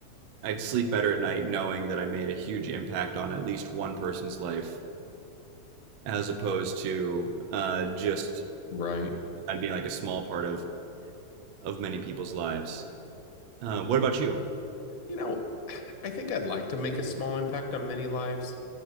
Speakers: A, on the right; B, on the left.
A: I'd sleep better at night knowing that I made a huge impact on at least one person's life as opposed to uh, just
B: Right.
A: being like a small part of of many people's lives. Uh, what about you?
B: You know, I think I'd like to make a small impact on many lives